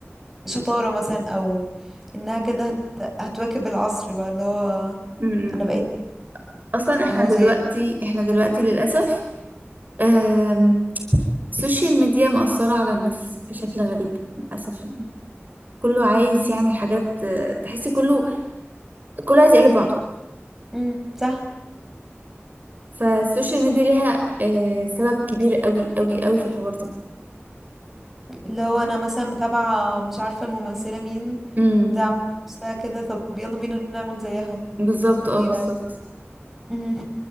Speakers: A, in the centre; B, on the right.
A: شطارة مثلا او انها كده هت... هتواكب العصر بقى اللي هو
B: أمم.
A: انا بقيت
B: اصلا احنا
A: اهو
B: دلوقتي
A: زيكم
B: احنا دلوقتي للأسف أم... السوشيال ميديا مأثرة على الناس بشكل غريب للأسف يعني كله عايز يعمل حاجات آه، تحسي كله كله عايز يقلب بعضه
A: امم صح
B: فالسوشيال ميديا ليها آه، سبب كبير قوي قوي قوي في الحوار ده
A: لو انا مثلا متابعة مش عارفة الممثلة مين
B: امم
A: دي عملت نفسها كده طب يلا بينا نعمل زيها
B: بالظبط
A: هي
B: اه بالظبط
A: مم.